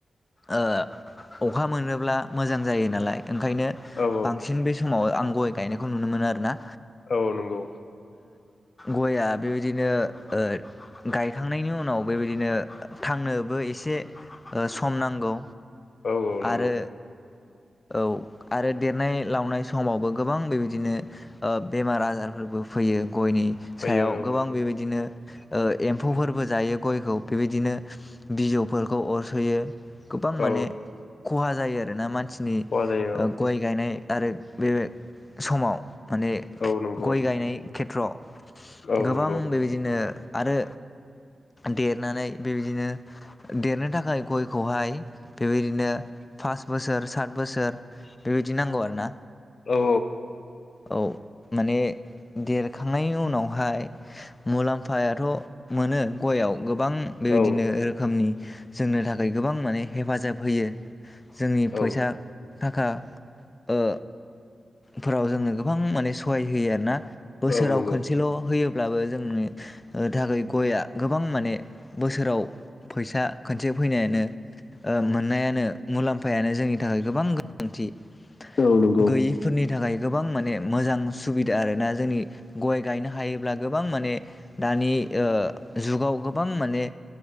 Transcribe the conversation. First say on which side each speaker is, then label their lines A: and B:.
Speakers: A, on the left; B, on the left.
A: ओ अखा मोनोब्ला मोजां जायो नालाय ओंखायनो
B: औ
A: बांसिन बे आं गय गायनायखौ नुनो मोनो आरो ना
B: औ नंगौ
A: गया बेबायदिनो ओ गायखांनायनि उनाव बेबायदिनो थांनोबो एसे ओ सम नांगौ।
B: औ औ नंगौ।
A: आरो औ आरो देरनाय लावनाय समावबो गोबां बेबायदिनो ओ बेमार आजारफोरबो फैयो। गयनि
B: फैयो
A: सायाव
B: औ
A: गोबां बेबायदिनो ओ एम्फौफोरबो जायो गयखौ बेबायदिनो बिजौफोरखौ अरसयो। गोबां माने
B: औ
A: खहा जायो आरो रो ना मानसि नि
B: खहा जायो
A: ओ गय गायनाय आरो बेबे समाव माने
B: औ औ नंगौ
A: गय गायनाय खेथ्रआव
B: औ
A: गोबां
B: नंगौ
A: बेबायदिनो आरो देरनानै बेबायदिनो देरनो थाखाय गयखौहाय बेबायदिनो फास बोसोर सात बोसोर बेबायदि नांगौ आरो ना
B: औ
A: औ माने देरखांनायनि उनावहाय मुलाम्फायाथ मोनो। गयाव गोबां बेबायदिनो
B: औ
A: रोखोमनि जोंनो थाखाय गोबां माने हेफाजाब होयो। जोंनि फैसा
B: औ
A: थाखा ओ फोराव जोंनो गोबां माने सहाय होयो आरो ना। बोसोराव
B: औ नंगौ
A: खोनसेल होयो ब्लाबो जोंनि ओ थाखाय गया गोबां माने बोसोराव फैसा खोनसे फैनायानो मोननायानो मुलाम फायानो जोंनि थाखाय गोबां गोनांथि ।
B: औ नंगौ
A: गैयिफोरनि थाखाय । गोबां माने मोजां सुबिदा आरोना जोंनि गय गायनो हायोब्ला गोबां माने दानि जुगाव गोबां माने